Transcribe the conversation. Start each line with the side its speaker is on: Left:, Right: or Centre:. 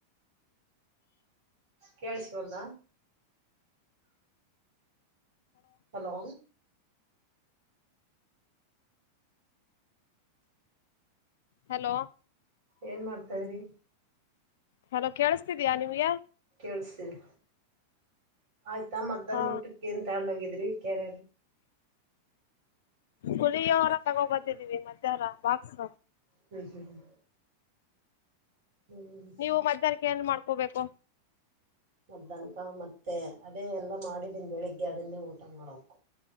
Right: ಕೆಳಸ ವಾಲ್ಡ. ಹಲೋ.
Left: ಹಲೋ.
Right: ಏನ್ ಮಾಡ್ತಾರಿ.
Left: ಹಲೋ ಕೇಳಿಸತಾ ಇದೀಯಾ ನಿಮಗೆ.
Right: ಕೇಳಸತ ಇದೇ ಆಯ್ತಾ ಮದ್ಯಾಹ್ನ
Left: ಹಾ
Right: ಊಟಕ್ಕೆ ಏನ ತೊಂಡೋಗಿದ್ರಿ ಕ್ಯಾರ.
Left: ಪುಳಿಯೋಗರೆ ತಗೊಂಡು ಬಂದಿದ್ದೀವಿ ಮದ್ಯಾಹ್ನ ಬಾಕ್ಸ.
Right: ಹ್ಮ್ ಹ್ಮ್ ಹ್ಮ. ಹ್ಮ್.
Left: ನೀವು ಮಧ್ಯಾಹ್ನಕ್ಕೆ ಏನ್ ಮಾಡ್ಕೋಬೇಕು.
Right: ಮದ್ಯಾಹ್ನ ಕ ಮತ್ತೆ ಅದೇ ಎಲ್ಲಾ ಮಾಡಿದನ ಬೆಳಿಗ್ಗೆ ಅದನ್ನೇ ಊಟ ಮಾಡಕ.